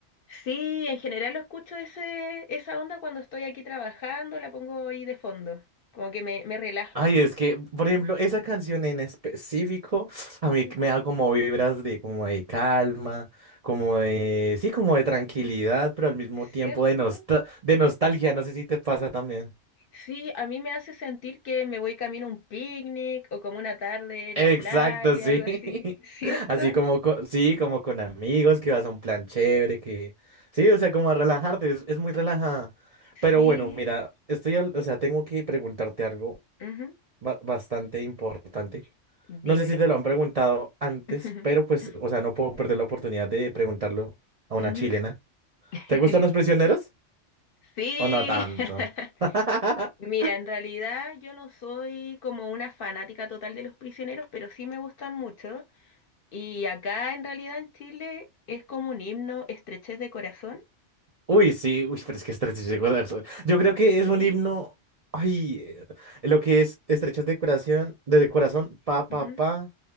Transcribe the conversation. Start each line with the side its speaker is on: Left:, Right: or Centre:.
Left: Sí, en general lo escucho ese, esa onda cuando estoy aquí trabajando, la pongo ahí de fondo, como que me, me relaja.
Right: Ay, es que, por ejemplo, esa canción en específico a
Left: Ujú.
Right: mí me da como vibras de como de calma, como de, sí, como de tranquilidad, pero al mismo tiempo
Left: ¿Cierto?
Right: de nostal- de nostalgia. No sé si te pasa también.
Left: Sí, a mí me hace sentir que me voy camino a un picnic o como una tarde en
Right: Exacto,
Left: la playa,
Right: sí.
Left: algo así,
Right: <laughs>
Left: <laughs> ¿cierto?
Right: Así como, co- sí, como con amigos, que vas a un plan chévere, que... Sí, o sea, como a relajarte, es, es muy relajada. Pero
Left: Sí,
Right: bueno, mira, estoy, al- o sea, tengo que preguntarte algo
Left: ujú,
Right: ba- bastante importante. No
Left: Dímelo.
Right: sé si te lo han preguntado antes,
Left: <laughs>
Right: pero pues, o sea, no puedo perder la oportunidad de preguntarlo a una
Left: Ujú.
Right: chilena.
Left: <laughs>
Right: ¿Te gustan los prisioneros
Left: Sí.
Right: o no tanto?
Left: <laughs>
Right: <laughs>
Left: Mira, en realidad yo no soy como una fanática total de los prisioneros, pero sí me gustan mucho. Y acá en realidad en Chile es como un himno, estrechez de corazón.
Right: Uy, sí, uy, pero es que estrechas de corazón. Yo creo que
Left: Y
Right: es un himno. Ay, eh, lo que es estrechas de corazón, de corazón, pa, pa,
Left: ujú,
Right: pa,